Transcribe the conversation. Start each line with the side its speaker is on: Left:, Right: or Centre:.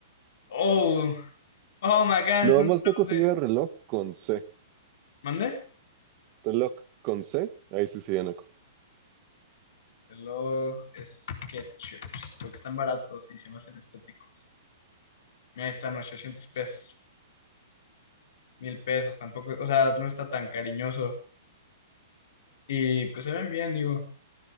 Left: Oh, oh my God.
Right: Nada más Naco sería
Left: <laughs>
Right: reloj con C.
Left: ¿Mande?
Right: Reloj con C, ahí sí sería Naco.
Left: Reloj Skechers, porque están baratos y se me hacen estéticos. Mira, están 800 pesos, 1000 pesos, tampoco, o sea, no está tan cariñoso. Y pues se ven bien, digo.